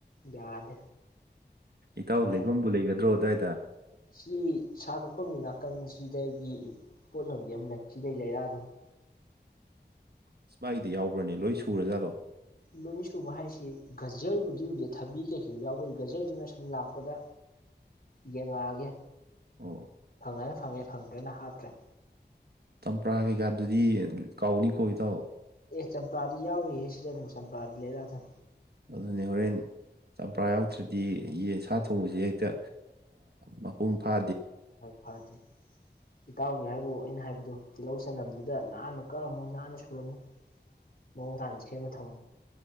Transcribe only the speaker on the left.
ꯌꯥꯗꯦ
ꯍꯣꯔꯦꯟ
ꯁꯤ ꯁꯥ ꯀꯛꯐꯝꯒꯤ ꯅ ꯅꯥꯀꯟꯁꯤꯗꯒꯤ ꯄꯣꯠ ꯌꯣꯝꯕꯤ ꯑꯃ ꯂꯩ ꯁꯤꯗꯒꯤ ꯂꯩꯔꯛ ꯑꯗꯝꯅꯦ
ꯂꯣꯏ ꯁꯨꯕ ꯍꯥꯏꯁꯤ ꯒꯖꯔꯕꯨꯗꯤ ꯎꯗꯦ ꯊꯕꯤ ꯀꯩꯀꯩꯗꯤ ꯌꯥꯎꯕ ꯎꯏ ꯒꯖꯔꯗꯨꯅ ꯁꯨꯝ ꯂꯥꯛꯄꯗ ꯌꯦꯡꯉꯛꯑꯒꯦ
ꯐꯪꯉꯅ ꯐꯪꯉꯦ ꯐꯪꯗ꯭ꯔꯥꯒꯅ ꯍꯥꯞꯇ꯭ꯔꯦ
ꯑꯦ ꯆꯝꯄꯔꯥꯗꯤ ꯌꯥꯎꯅꯤꯍꯦ ꯁꯤꯗ ꯗꯨꯝ ꯆꯝꯄ꯭ꯔꯥꯗꯤ ꯂꯩꯔꯛꯑꯗꯝ
ꯍꯣꯏ ꯐꯗꯦ ꯏꯇꯥꯎꯒꯤ ꯍꯥꯏꯕꯨ ꯑꯩꯅ ꯍꯥꯏꯕꯗꯤ ꯑꯗꯣ ꯇꯤꯜꯍꯧ ꯆꯅꯝꯗꯨꯗ ꯅꯥꯟꯅ ꯀꯛꯑꯝꯃꯨ ꯅꯥꯟꯅ ꯁꯦꯝꯃꯝꯃꯨ ꯃꯑꯣꯡ ꯇꯥꯟ ꯁꯦꯝꯃ ꯊꯝ